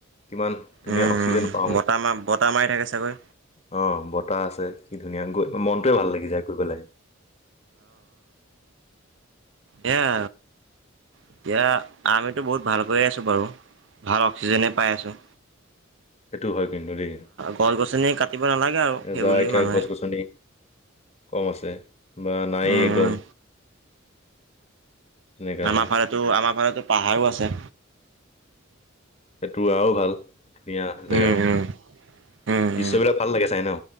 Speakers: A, on the left; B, on the right.
A: কিমান ধুনীয়া
B: উম,
A: অক্সিজেন,
B: উম,
A: পাওঁ
B: বতাহ মা বতাহ মাৰি থাকে চাগৈ।
A: আহ বতাহ আছে। কি ধুনীয়া মনটোৱে ভাল লাগি যায় গৈ পেলায়।
B: এয়া এতিয়া আমি বহুত ভাল কৈয়ে আছো বাৰু ভাল অক্সিজেনে পাই আছোঁ।
A: সেইটো হয় কিন্তু দেই
B: গছ গছনি কাটিব নালাগে আৰু
A: এ
B: সেইবুলি
A: যা এতিয়া
B: মানুহে।
A: গছ গছনি। কম আছে বা নাইয়েই
B: উম,
A: একদম।
B: উম,
A: এনেকা
B: আমাৰ
A: আৰু
B: ফালেটো আমাৰ ফালেটো পাহাৰো আছে।
A: সেইটো আৰু ভাল ধুনীয়া জেগা
B: উম, উম, উম,
A: দৃশ্যবিলাক
B: উম,
A: ভাল লাগে চাই ন?